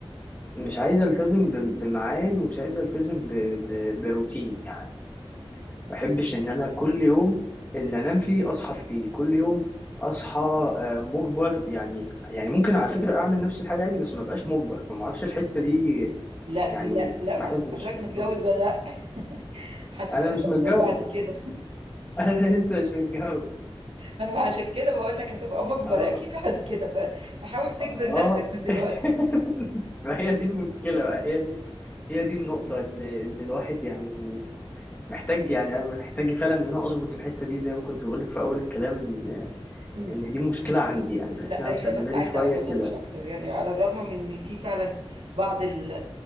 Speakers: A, on the left; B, on the right.
A: مش عايز التزم ب- بميعاد ومش عايز التزم ب- ب- بروتين يعني ما بحبش ان انا كل يوم اللي انام فيه اصحى فيه كل يوم اصحى آه، مجبر يعني يعني ممكن على فكرة اعمل نفس الحاجة عادي بس ما بقاش مجبر فما اعرفش الحتة دي
B: لا دي
A: يعني
B: لا لا
A: ما
B: معلش
A: بحبش
B: حضرتك متجوز
A: م.
B: ولا لا <laughs> هتبقى
A: انا مش متجوز
B: مجبر بعد كده
A: <laughs> انا لسه مش متجوز
B: ما انا عشان كده بقول لك هتبقى مجبر
A: اه
B: اكيد بعد كده ف- فحاول تجبر
A: اه
B: نفسك من دلوقتي
A: <laughs> ما هي دي المشكلة بقى هي دي هي دي النقطة اللي, اللي الواحد يعني محتاج يعني أنا محتاج فعلا إن أنا أظبط الحتة دي زي ما كنت بقولك في أول الكلام إن
B: امم
A: إن دي مشكلة عندي يعني بحس
B: لا
A: إنها
B: هي
A: مسببة
B: بس
A: لي
B: عايزه
A: شوية
B: اراده
A: كده
B: مش اكتر يعني على الرغم من ان في فعلا بعض ال-